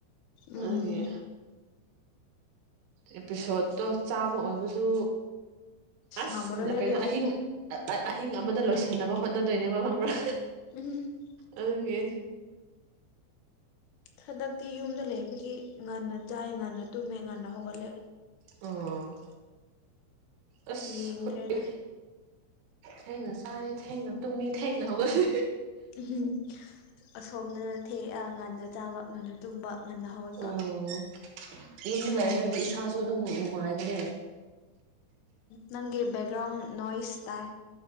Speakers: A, on the left; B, on the right.
A: ꯎꯝ
B: ꯑꯗꯨꯒꯤ ꯑꯦꯄꯤꯁꯣꯠꯇꯣ ꯆꯥꯝꯃ ꯑꯣꯏꯕꯁꯨ ꯑꯁ
A: ꯉꯝꯃꯔꯣꯏꯍꯦ
B: ꯀꯩꯅꯣ
A: ꯑꯗꯨꯗꯤ
B: ꯑꯍꯤꯡ ꯑꯍꯤꯡ ꯑꯃꯗ ꯂꯣꯏꯁꯤꯟꯅꯕ ꯍꯣꯠꯅꯗꯣꯏꯅꯦꯕ ꯈꯪꯕ꯭ꯔꯥ
A: <inaudible>
B: ꯑꯗꯨꯒꯤ
A: ꯍꯟꯗꯛꯇꯤ ꯌꯨꯝꯗ ꯂꯩꯕꯒꯤ ꯉꯟꯅ ꯆꯥꯏ ꯉꯟꯅ ꯇꯨꯝꯃꯦ ꯉꯟꯅ ꯍꯧꯒꯠꯂꯦ꯫
B: ꯑꯣ ꯑꯁ
A: ꯌꯦꯡꯗ꯭ꯔꯦꯗ
B: ꯍꫭꯏ ꯊꯦꯅ ꯆꯥꯏ ꯊꯦꯡꯅ ꯇꯨꯝꯃ‌ꯤ ꯊꯦꯡꯅ ꯍꯧꯒꯠꯂꯤ
A: ꯎꯝ ꯑꯁꯣꯝꯗꯅ ꯊꯦ ꯉꯟꯅ ꯆꯥꯕ ꯉꯟꯅ ꯇꯨꯝꯕ ꯉꯟꯅ ꯍꯧꯒꯠꯄ
B: ꯎꯝ ꯌꯨꯝꯗ
A: ꯅꯣꯡꯁꯨꯇꯥꯏ
B: ꯂꯩꯔꯒꯗꯤ ꯏꯁꯥꯁꯨ ꯑꯗꯨꯝ ꯅꯨꯡꯉꯥꯏꯕꯅ‌ꯦ
A: ꯅꯪꯒꯤ ꯕꯦꯛꯒ꯭ꯔꯥꯎꯟ ꯅꯣꯏꯁ ꯇꯥꯏ